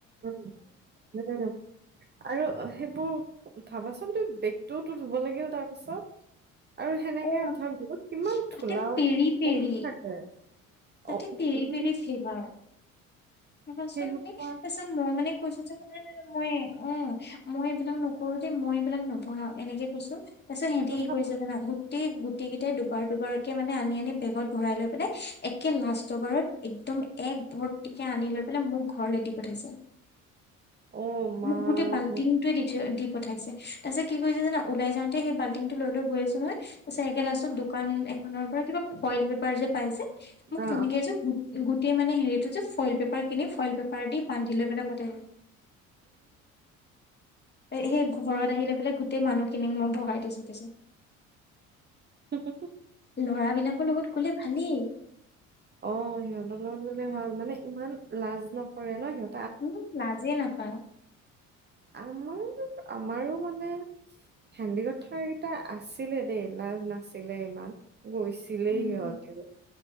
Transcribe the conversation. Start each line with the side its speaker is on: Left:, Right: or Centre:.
Right: উ-উম, আৰু সেইবোৰ ভাবাচোন তুমি বেগটোওতো ধুব লাগিল তাৰপিছত। আৰু সেনেকে
Left: অ',
Right: ধৰা, বহুত কিমান
Left: তাতে
Right: ধোলা
Left: পেৰি পেৰি
Right: পৰি থাকে।
Left: তাতে
Right: অ
Left: পেৰি,
Right: উম,
Left: পেৰি ফ্লেভাৰ। চোন
Right: সেই সোপা
Left: তুমি তাৰপিছত, মই মানে কৈছো যে না না মই অ'' মই এইবিলাক নকৰো দেই, মই এইবিলাক নবঢ়াও এনেকে কৈছো তাৰিছত সিহঁতি
Right: তথাপি
Left: কি কৰিছে জানা, গোটেই গোটেই কেইটাই দুবাৰ দুবাৰ কে মানে আনি আনি বেগত ভৰাই লৈ পিনে। একে লাষ্ট বাৰত একদম এক ভৰ্তি। কে আনি লৈ পেলাই মোক ঘৰলে দি পঠাইছে।
Right: অ মা
Left: মোক গোটেই বাল্টিটো
Right: অ
Left: দিছে। পঠাইছে তাৰ পিছত কি কৰিছে জানা ওলাই যাওঁতে সেই বাল্টি টো লৈ লৈ গৈ আছোঁ নহয়। চাইকেল আছো দোকান এক। নৰ পৰা কিবা ফইল পেপাৰ যে পাই যে। মোক
Right: অ
Left: তেনেকে এযোৰ গোটেই মানে হেৰিটো যে। ফইল পেপাৰ কিনি ফইল পেপাৰ দি বান্ধি লৈ পঠাই। এ সেই ঘৰত আহি লৈ পেলাই গোটেই মানুহখিনিক মই ভগাই দিছোঁ পিছত।
Right: স <unintelligible>
Left: ল'ৰাবিলাকৰ লগত গ'লে ভালেই
Right: অ সিহঁতৰ লগত গলে ভাল। মানে ইমান লাজ নকৰে নহ সিহঁত।
Left: উম লাজেই নাপায়।
Right: আমাৰ আমাৰো মানে সেন্দিকত থকা কেইটা আছিলে দেই লাজ নাছিলে ইমান। গৈছিলেই
Left: উম
Right: সিহঁতেও।